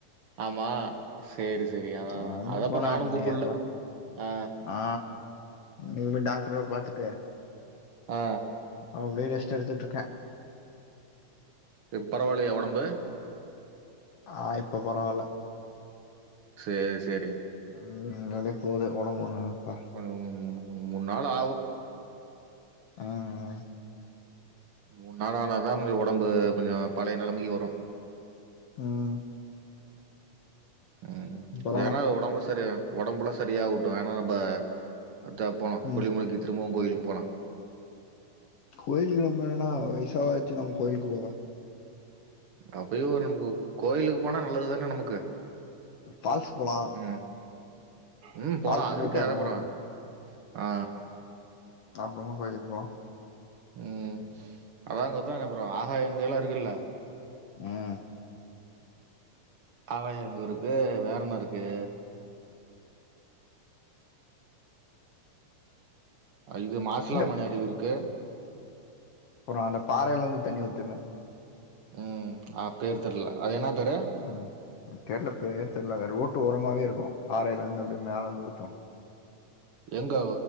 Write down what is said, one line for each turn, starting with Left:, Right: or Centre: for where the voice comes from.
Right: ஆமா சேரி சேரி அதா
Left: ஆனா
Right: அதா
Left: இன்னைக்கு
Right: அதாப்பா
Left: போல
Right: நானு கூப்புல
Left: நேத்து
Right: ஆ
Left: ஆ இன்னக்கி போய் டாக்ட்ரபோய் பாத்துட்டு
Right: ஆ
Left: அப்டே ரெஸ்ட் எடுத்துட்ருக்கே
Right: இப் பரவால்லயா ஒடம்பு
Left: ஆ இப்ப பரவால்ல
Right: சேர் சேரி
Left: ம் நல்லபடியா போது ஒடம்புஒன்னொன்னாப்பா
Right: கொஞ்சொ மூன் மூன்நாள் ஆவு
Left: ம் ம்
Right: மூன் நாள் ஆனா தா கொஞ்சொ ஒடம்பு கொஞ்சொ பழைய நெலமைக்கு வரு
Left: ம்
Right: ம்
Left: அப்பறோ
Right: வேணா ஒடம்பு சரியா ஒடம்புல்லா சரியாவுட்டு வேணா நம்ப அத்தா போலா
Left: ம்
Right: கொல்லிமலைக்கி திரும்பவு கோய்லுக்கு போலா
Left: கோய்லுக்கு நம்ம ஏனா வய்சாவாச்சு நம்ம கோய்லுக்கு போவ
Right: அப்பயு ஒரு நமக்கு கோயிலுக்கு போனா நல்லது தானே நமக்கு
Left: ஃபால்ஸ் போலா
Right: ம் ம்
Left: ஃபால்ஸ்
Right: போலா அது
Left: போயிட்டு
Right: இருக்கே
Left: அப்றமா
Right: அதப்புறோ
Left: கோ
Right: ஆ
Left: அப்றமா கோய்லுக்கு போவோ
Right: ம் அதா அங்க <unintelligible> ஆகாய கங்கைலா இருக்குல்ல
Left: ம்
Right: ஆகாய கங்கருக்கு வேறென்னருக்கு அ இது மாசிலாமணி
Left: இந்த
Right: அருவி இருக்கு
Left: அப்றோ அந்த பாறைலந்து தண்ணி ஊத்துமே
Right: ம் ஆ பேரு தெர்ல அது என்னா பேரு
Left: ஆ தெர்ல பேர் தெர்ல ரோட்டோரமாவே இருக்கு பாறைலந்து அப்டே மேலெந்து ஊத்து
Right: எங்க